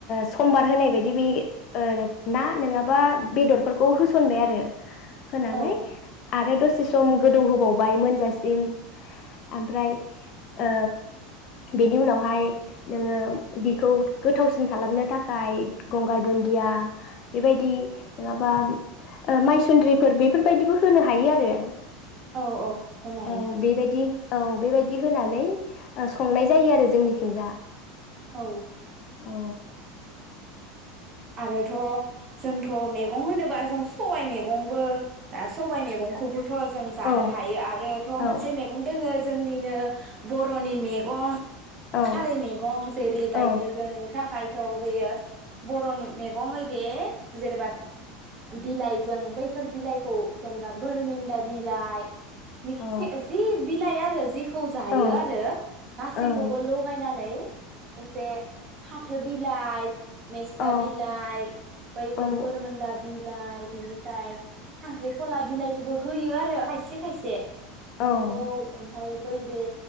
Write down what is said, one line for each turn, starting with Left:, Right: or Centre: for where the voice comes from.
Left: समबार होनाय बायदि बे ओ ना नङाबा बेदरफोरखौ होसनबाय आरो। होनानै
Right: औ
Left: आरो दसे सम गोदौहोबावबाय मोनजासिम ओमफ्राय ओ बेनि उनावहाय नोङो बिखौ गोथावसिन खालामनो थाखाय गंगार दुन्दिया बेबायदि नङाबा ओ मायसुन्द्रिफोर बेफोरबायदिबो होनो हायो आरो।
Right: औ औ होनो हायो।
Left: औ बेबायदि औ बेबायदि होनानै ओ संनाय जायो आरो जोंनिखिंजा।
Right: औ।
Left: औ।
Right: आरोथ' जोंथ' मैगं होनोबा जों सबाइ मैगंबो दा सबाइ मैगंखौबो थ' जों जानो
Left: औ
Right: हायो आरो थ'
Left: औ
Right: मोनसे मेगं दोङो जोंनिनो बर'नि मे गं
Left: ओ
Right: खारै मैगं जेरैबायदि
Left: औ
Right: जोंनि थाखाय थौ बैयो बर'नि मैगङै बे जेनोबा बिलाइजों बैफोर बिलाइखौ जेनोबा बोरमेन्दा बिलाइ मिकसि
Left: औ
Right: जि बिलाइया रो जिख खौ जायो
Left: अ औ
Right: आरो गासैखौबो
Left: औ ओ
Right: लगायनानै एसे फा थो बि लायथ मेस्था
Left: औ
Right: बिलाइ बैफोर
Left: औ
Right: बोरमोनदा बिलाइ बिनिफ्राय खांख्रिख'ला बिलाइखौबो होयो आरो खायसे खायसे
Left: औ
Right: बेखौ ओमफाय बैबे